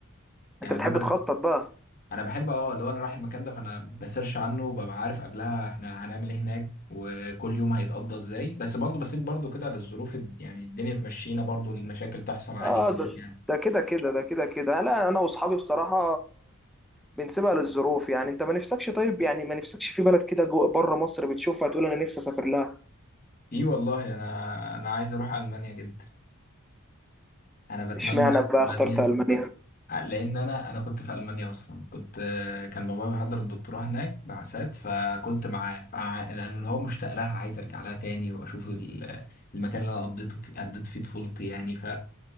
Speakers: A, on the left; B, in the centre.
A: يعني
B: انت بتحب
A: انا
B: تخطط بقى
A: انا بحب اه اللي هو انا رايح المكان ده فانا بسيرش عنه وببقى عارف قبلها احنا هنعمل ايه هناك وكل يوم هيتقضى ازاي بس برضه بسيب برضه كده للظروف الد- يعني الدنيا تمشينا برضه المشاكل تحصل عادي
B: اه
A: جدا
B: ده
A: يعني
B: ده كده كده ده كده كده لا انا واصحابي بصراحه بنسيبها للظروف يعني انت ما نفسكش طيب يعني ما نفسكش في بلد كده جوه بره مصر بتشوفها تقول انا نفسي اسافر لها
A: في والله انا انا عايز اروح المانيا جدا انا بتمنى
B: اشمعنى بقى
A: المانيا
B: اخترت المانيا
A: لان انا انا كنت في المانيا اصلا كنت كان بابا بيحضر الدكتوراه هناك بعثات فكنت معاه فانا أنا اللي هو مشتاق لها عايز ارجع لها تاني واشوف ال- المكان اللي انا قضيته فيه قضيت فيه طفولتي يعني